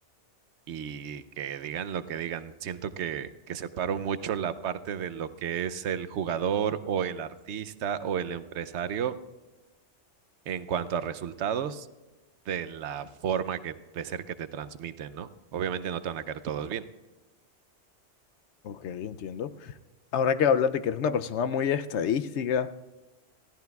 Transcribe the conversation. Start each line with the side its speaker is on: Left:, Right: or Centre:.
Right: y que digan lo que digan. Siento que, que separo mucho la parte de lo que es el jugador o el artista o el empresario en cuanto a resultados de la forma que, de ser que te transmiten, ¿no? Obviamente no te van a caer todos bien.
Left: ok, entiendo. Ahora que hablas de que eres una persona muy estadística,